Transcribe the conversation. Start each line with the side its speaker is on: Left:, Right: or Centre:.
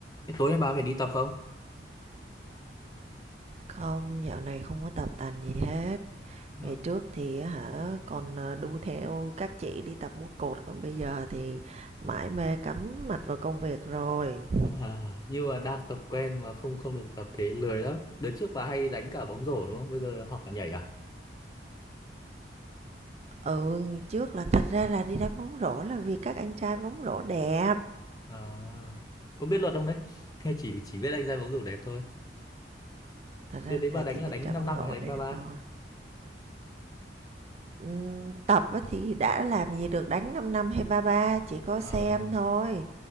Left: Thế tối nay bà phải đi tập không?
Right: Không, dạo này không có tập tành gì hết.
Left: Vâng.
Right: Ngày trước thì á hả còn ờ, đu theo các chị đi tập múa cột còn bây giờ thì mải mê cắm mặt vào công việc rồi.
Left: À, nhưng mà đang tập quen mà không không được tập thế lười lắm. Đợt trước bà hay đánh cả bóng rổ đúng không? Bây giờ học cả nhảy à?
Right: Ừ, ngày trước là thật ra là đi đánh bóng rổ là vì các anh trai bóng rổ đẹp.
Left: À, có biết luật không đấy? Hay chỉ chỉ biết đánh ra bóng rổ đẹp thôi.
Right: Thật
Left: Đợt
Right: ra
Left: đấy bà
Right: là
Left: đánh
Right: chỉ biết
Left: là đánh
Right: ra
Left: 5
Right: bóng
Left: năm
Right: rổ
Left: rồi hay đánh
Right: đẹp
Left: ba 3
Right: thôi. Ừm, tập á thì đã làm gì được đánh 5 năm hay ba ba chỉ có
Left: À,
Right: xem thôi.